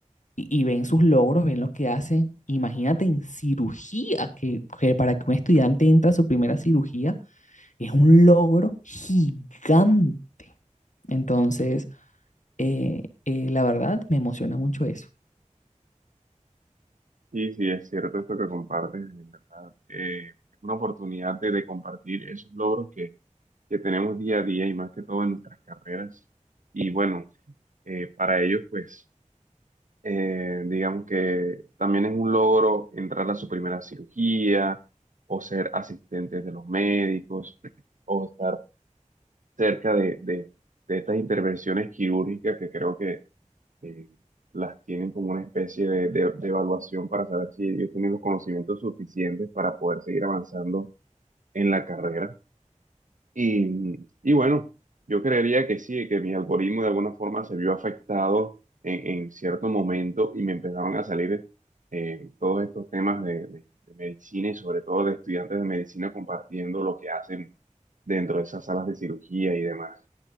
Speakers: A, on the left; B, on the right.
A: y, y ven sus logros, ven lo que hacen. Imagínate en cirugía, que, que para que un estudiante entre a su primera cirugía es un logro gigante. Entonces, eh, eh, la verdad, me emociona mucho eso.
B: Sí, sí, es cierto esto que compartes, en verdad. Eh, es una oportunidad de, de compartir esos logros que, que tenemos día a día y más que todo en nuestras carreras. Y bueno, eh, para ellos, pues, eh, digamos que también es un logro entrar a su primera cirugía o ser asistentes de los médicos o estar cerca de, de de estas intervenciones quirúrgicas que creo que eh, las tienen como una especie de, de- de evaluación para saber si ellos tienen los conocimientos suficientes para poder seguir avanzando en la carrera. Y, y bueno, yo creería que sí, que mi algoritmo de alguna forma se vio afectado en, en cierto momento y me empezaron a salir eh, todos estos temas de, de- de medicina y sobre todo de estudiantes de medicina compartiendo lo que hacen dentro de esas salas de cirugía y demás.